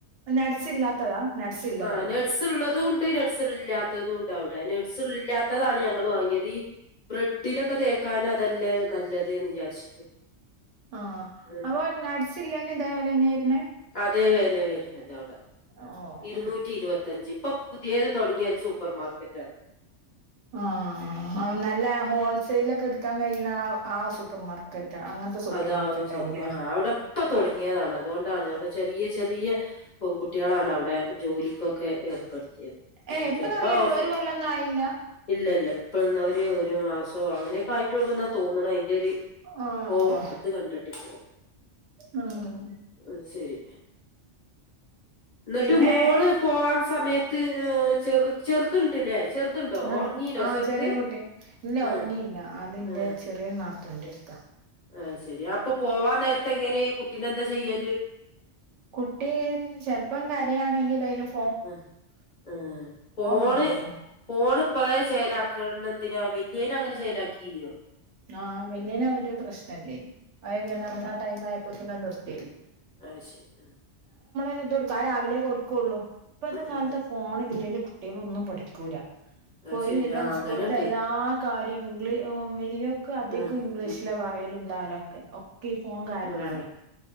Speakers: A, on the right; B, on the left.
A: നട്സ് ഇല്ലാത്തതാ നട്സ് ഇല്ലതോ
B: ആ നട്ട്സ് ഉളതു ഉ തിൽ നട്സ് ഇല്ലാത്തതുംണ്ടവിടെ നഡ്സ് ഇല്ലാത്തതാണ് ഞങ്ങൾ വാങ്ങിയത്. ഈ ബ്രെഡ് ട്ടിലൊക്കെ തേക്കാൻ അതെല്ലേ നല്ലത്. വിചാരിച്ചിട്ട്
A: ആ
B: ആഹ്
A: അപ്പൊ
B: ഉം
A: നടസില്ലാണ്ട് ഇതെപോലെ ന്നെ വരന്
B: അതേ വേല വരണത് അവിടെ.
A: ഓഹ്
B: ഇരുന്നൂറ്റി ഇരുപത്തിയഞ്ച് ഇപ്പൊ പുതിയത് തുടങ്ങിയ ഒരു സൂപ്പർ മാർക്കറ്റ ആ
A: ആ നല്ല ഹോൾസെയിൽ ഒക്കെ എടുക്കാൻ കഴിയുന്ന അ ആ സൂപ്പർ മാർക്കറ്റ് അങ്ങനത്തെ സൂപ്പർ
B: അതാവും
A: മാർക്കറ്റ്
B: ചെരിപ്പ
A: ആവൂലേ
B: ആ അവിടെ ഇപ്പ തുടങ്ങിയതാണ്. അതുകൊണ്ടാണ് അവിടെ ചെറിയ ചെറിയ പെൺകുട്ടികളാണ് അവിടെ ജോലി. ഒക്കെ ഏർപ്പെടുത്തിയത്
A: ഏഹ് ഇപ്പൊ
B: ചിലപ്പോ
A: തുടങ്ങിയിട്ടുള്ളൂ
B: പ്പ്
A: ഒരു കൊല്ലൊന്നും ആയില്ല
B: ഇല്ല ഇല്ല ഇപ്പന്ന് ഒരു ഒരു മാസോ അങ്ങനെയൊക്കെ ആയിട്ടള്ളൂ. എന്നാ തോന്നണ് അയിന്റെ ഒരു ഇത്
A: ആഹ്
B: കോ ഇത് കണ്ടിട്ട് പോ
A: ഉം
B: ആ ശരി എന്നിട്ട്
A: പിന്നെ
B: മോള് പോവാൻ സമയത്ത് ചെറ് ചെറുതുണ്ടില്ലേ? ചെറു ചെറുതുണ്ടോ
A: ആ
B: ഉറങ്ങീനോ
A: ആ
B: ചെറുത്
A: ചെറിയ കുട്ടി ണ്ട് ഇല്ല
B: ആ
A: ഉറങ്ങിയില്ല അതിന്റെ
B: ആ
A: ചെറിയ ന തൊണ്ടെടുത്ത
B: ആഹ ശരി അപ്പൊ പോവാൻ നേരത്തെ എങ്ങനെയാ ഈ കുട്ടീനെ എന്താ ചെയ്യല്ല്.
A: കുട്ടി ചെലപ്പം കരയാണെങ്കിൽ അതിന് ഫു
B: ആ ഫോണ്
A: മതിയല്ലോ
B: ഫോണ് ഇപ്പോളേ ചേലാക്കണന്തിനാ വല്യേയിനെ അങ്ങനെ ചേലാക്കീന്നോ.
A: ആഹ് വല്യോനതൊരു പ്രശ്നംല്ലേ അതായത് നമ്മൾ ആ ടൈം ആയപ്പോത്തിന് അത് നിർത്തി.
B: ആഹ് ശരി ആ
A: <inaudible> കൊടുക്കും ആ രാവിലെ കൊടുക്കൊള്ളൂ. ഇപ്പഴത്തെ
B: ഉം
A: കാലത്ത് ഫോണില്ലേലും കുട്ടികളൊന്നും പഠിക്കൂല. ഇപ്പൊ
B: അത്
A: ഒരുവിധം
B: ശരി ആഹ്
A: സ്കൂൾത്തെ
B: അങ്ങനെണ്ട്
A: എല്ലാ കാര്യവും ഇ വല്യോ ക്കെ അതികം
B: ആഹ്
A: ഇംഗ്ലീഷില
B: ഉം
A: പറയലും ണ്ടാവലൊക്കെ ഒക്കെ ഈ ഫോൺ കാരനാണേ.
B: ആഹ്